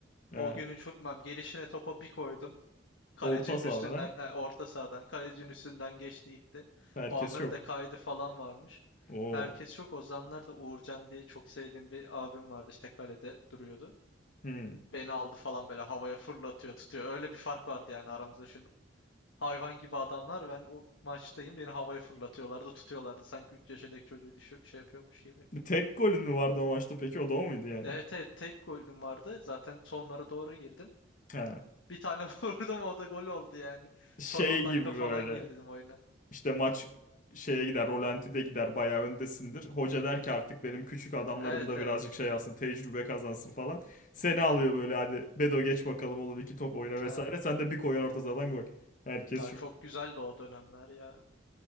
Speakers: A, on the left; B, on the left.
A: He.
B: O gün hiç unutmam. Gelişine topa bir koydum. Kalecinin
A: Orta sahada
B: üstünden, e, orta sahadan, kalecinin üstünden geçti gitti.
A: herkes
B: O anların
A: yok.
B: da kaydı falan varmış.
A: Oo.
B: Herkes çok. O zamanlar da Uğurcan diye çok sevdiğim bir abim vardı. işte kalede duruyordu.
A: Hmm.
B: Beni aldı falan böyle havaya fırlatıyor, tutuyor. Öyle bir fark vardı yani aramızda. Şimdi hayvan gibi adamlar. Ben o maçtayım. Beni havaya fırlatıyorlardı, tutuyorlardı. Sanki 3 yaşındaki çocuğu düşü- şey yapıyormuş gibi.
A: Tek golün mü vardı o maçta peki? O da o muydu yani?
B: Evet evet tek golüm vardı. Zaten sonlara doğru girdim.
A: Ha.
B: Bir tane <laughs> vurdum o da gol oldu yani.
A: Şey
B: Son 10 dakika
A: gibi
B: falan
A: böyle.
B: girdim oyuna.
A: İşte maç şeye gider, rolantide gider, bayağı öndesindir. Hoca der ki artık benim küçük adamlarım
B: Evet
A: da
B: evet.
A: birazcık şey alsın, tecrübe kazansın falan. Seni alıyor böyle hadi Bedo geç bakalım oğlum iki top oyna vesaire.
B: Evet.
A: Sen de bir koyan orta sahadan gol. Herkes
B: Ya çok
A: yok.
B: güzeldi o dönemler ya.